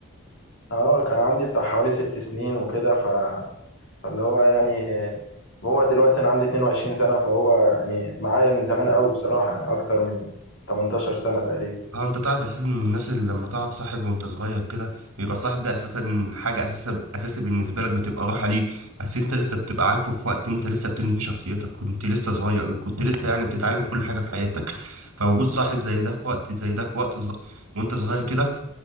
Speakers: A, on the left (about 55°); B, on the right (about 80°).
A: اه كان عندي بتاع حوالي ست سنين وكده ف... فاللي هو يعني هو دلوقتي أنا عندي 22 سنة فهو يعني معايا من زمان قوي بصراحة يعني أكتر من 18 سنة تقريبا
B: اه انت تعرف اساسا ان الناس اللي لما تعرف صاحب وانت صغير كده بيبقى الصاحب ده اساسا حاجه اساسا اساسي بالنسبه لك بتبقى راحه ليه اصل انت لسه بتبقى عارفه في وقت انت لسه بتبني فيه شخصيتك كنت لسه صغير كنت لسه يعني بتتعلم كل حاجه في حياتك فوجود صاحب زي ده في وقت زي ده في وقت صغ... وانت صغير كده